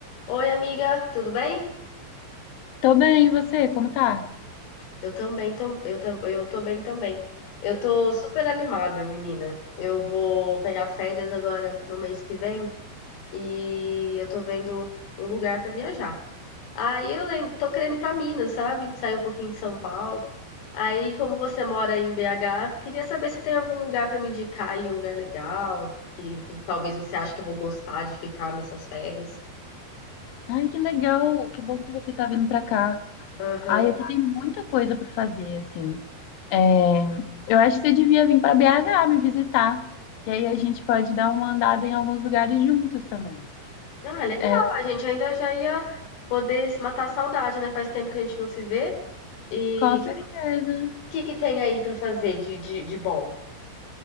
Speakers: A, on the left; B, on the left.
A: Oi, amiga, tudo bem?
B: Tô bem, e você? Como tá?
A: Eu também, tam- eu, tam- eu tô bem também. Eu tô super animada, menina. Eu vou pegar férias agora no mês que vem e eu tô vendo um lugar pra viajar. Aí eu lem- tô querendo ir pra Minas, sabe? Sair um pouquinho de São Paulo. Aí, como você mora aí em BH, queria saber se tem algum lugar pra me indicar aí, um lugar legal, que, que talvez você ache que eu vou gostar de ficar nessas férias.
B: Ai, que legal! Que bom que você tá vindo pra cá.
A: Aham.
B: Ai, aqui tem muita coisa pra fazer, assim. É, eu acho que você devia vir pra BH me visitar, que aí a gente pode dar uma andada em alguns lugares juntos também.
A: Ah, legal.
B: É,
A: A gente ainda já ia poder se matar a saudade, né? Faz tempo que a gente não se vê. E
B: com
A: o
B: certeza.
A: que, que, que tem aí pra fazer de, de, de bom?